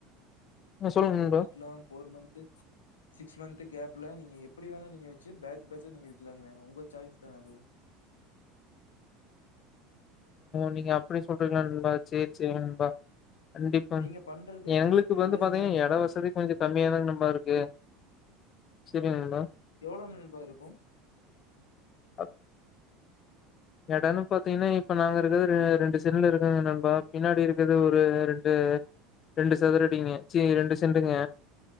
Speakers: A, on the left; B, on the left.
A: ஆ, சொல்லுங்க
B: <unintelligible>
A: நண்பா
B: சிக்ஸ் மந்த் கேப்ல நீங்க எப்படி வேணா நீங்க எப்படி வேணா வச்சு பேட்ச் பேட்ச்சா நீங்க விக்கலாங்க உங்க சாய்ஸ் தான் அது
A: நீங்க அப்படி சொல்றீங்கள நண்பா செரி செரி நண்பா கண்டிப்பா
B: நீங்க பண்றது
A: எங்களுக்கு
B: நல்லதுதா
A: வந்து பாத்தீங்கன்னா
B: நண்பா
A: ஏட வசதி கொஞ்சம் கம்மியாதாங்க நண் <unintelligible> செரிங் நண்பா
B: எவ்ளவு நண்பா இருக்கும்
A: அஹ் இடம்ன்னு பாத்தீங்கன்னா எப்ப நாங்க இருக்கிறது ரெண்டு செண்டல இருக்கங்க நண்பா பின்னாடி இருக்கது ஒரு ரெண்டு ரெண்டு சதுரடிங்க ச்ச ரெண்டு செண்டுங்க